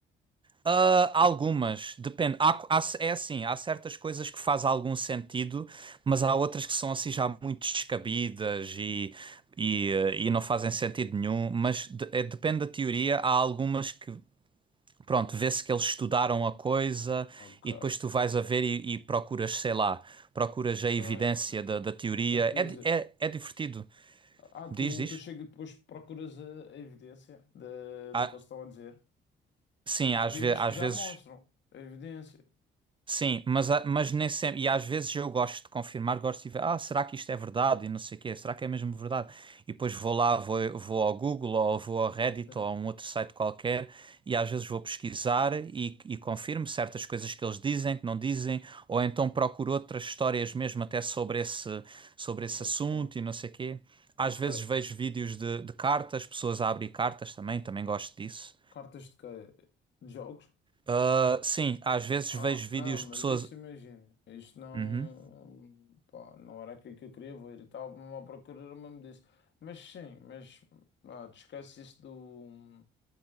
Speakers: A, on the right; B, on the left.
A: ah, algumas, depende. Há- há- é assim, há certas coisas que fazem algum sentido, mas há outras que são assim já muito descabidas e, e, eh, e não fazem sentido nenhum. Mas de- é- depende da teoria, há algumas que Pronto, vê-se que eles estudaram a coisa
B: Ok.
A: e depois tu vais a ver e, e procuras, sei lá, procuras
B: Ok.
A: a evidência da, da teoria.
B: da coisa.
A: É, di- é, é divertido.
B: Ah, tu,
A: Diz, diz.
B: tu chega e depois procuras a, a evidência da
A: Ah,
B: do que eles estão a dizer.
A: sim,
B: Há
A: às
B: vídeos
A: ve- às
B: que já
A: vezes.
B: mostram a evidência.
A: Sim, mas, a- mas nem sempre, e às vezes eu gosto de confirmar, gosto de ver, ah, será que isto é verdade? E não sei o quê, será que é mesmo verdade? E depois vou lá, vou, vou ao Google ou vou ao Reddit
B: Sim.
A: ou a um outro site qualquer e às vezes vou pesquisar e, e confirmo certas coisas que eles dizem, que não dizem, ou então procuro outras histórias mesmo até sobre esse, sobre esse
B: Ok.
A: assunto e não sei o quê. Às
B: Ok.
A: vezes vejo vídeos de, de cartas, pessoas a abrir cartas também, também gosto disso.
B: Cartas de quê? De jogos?
A: Ah, sim, às vezes
B: Ah,
A: vejo vídeos
B: não, mas
A: de pessoas.
B: isso imagina. Isto não.
A: Uhum.
B: Pá, não era aquilo que eu queria ver e tal. Estava a procurar o mesmo disso. Mas sim, mas. Ah, te esquece isso do.